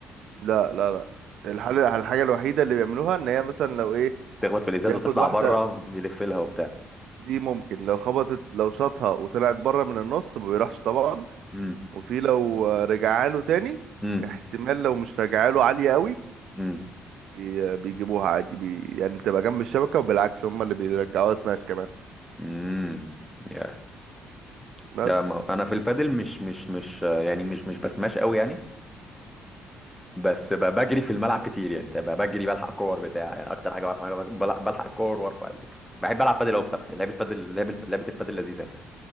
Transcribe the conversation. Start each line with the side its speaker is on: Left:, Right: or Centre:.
Right: لا لا لا الحل الحاجة الوحيدة اللي بيعملوها ان هي مثلا لو ايه
Centre: تخبط في الازاز
Right: بياخد
Centre: وتطلع
Right: واحدة
Centre: بره بيلف لها وبتاع
Right: دي ممكن لو خبطت لو شاطها وطلعت بره من النص ما بيروحش طبعا
Centre: امم
Right: وفي لو رجعها له تاني
Centre: امم
Right: احتمال لو مش رجعها له عالية قوي
Centre: امم
Right: بي- بيجيبوها عادي بي يعني بتبقى جنب الشبكة وبالعكس هم اللي بيرجعوها سماش كمان
Centre: امم يا
Right: بس
Centre: لا ما- انا في البادل مش مش مش يعني مش مش بسماش قوي يعني بس ب- بجري في الملعب كتير يعني بتبقى بجري بلحق كور بتاع يعني اكتر حاجه بعرف اعملها بج- بل- بلحق الكور وارفع ال- بحب العب بادل قوي بصراحه لعبه بادل لعبه لعبه البادل لذيذه يعني.